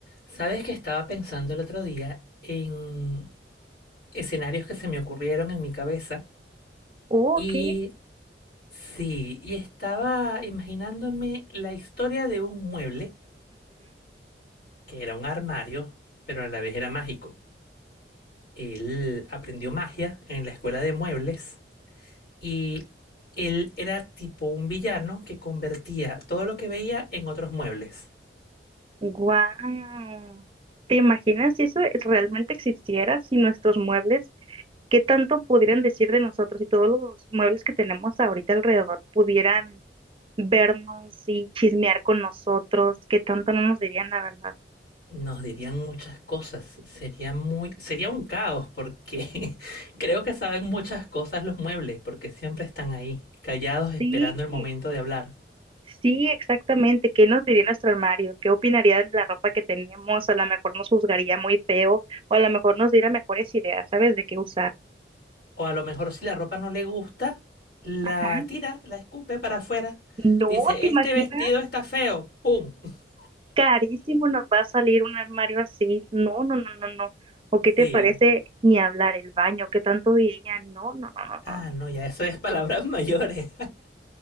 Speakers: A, on the left; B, on the right.
A: Sabes que estaba pensando el otro día en escenarios que se me ocurrieron en mi cabeza
B: Oh,
A: y
B: Ok.
A: sí, y estaba imaginándome la historia de un mueble que era un armario, pero a la vez era mágico. Él aprendió magia en la escuela de muebles y él era tipo un villano que convertía todo lo que veía en otros muebles.
B: Wow. ¿Te imaginas si eso es- realmente existiera, si nuestros muebles, qué tanto pudieran decir de nosotros y todos los muebles que tenemos ahorita alrededor pudieran vernos y chismear con nosotros, qué tanto no nos dirían la verdad?
A: Nos dirían muchas cosas. Sería muy, sería un caos porque <laughs> creo que saben muchas cosas los muebles, porque siempre están ahí, callados esperando
B: Sí,
A: el momento de hablar.
B: sí, exactamente. ¿Qué nos diría nuestro armario? ¿Qué opinaría de la ropa que tenemos? A lo mejor nos juzgaría muy feo o a lo mejor nos diera mejores ideas, ¿sabes? De qué usar.
A: O a lo mejor si la ropa no le gusta,
B: Ajá.
A: la tira, la escupe para afuera.
B: No,
A: Dice,
B: ¿te imaginas?
A: este vestido está feo. ¡Pum! <laughs>
B: carísimo nos va a salir un armario así. No, no, no, no, no. ¿O qué te
A: Sí.
B: parece ni hablar el baño? ¿Qué tanto diría? No, no, no, no,
A: Ah,
B: no.
A: no, ya eso es palabras <laughs> mayores.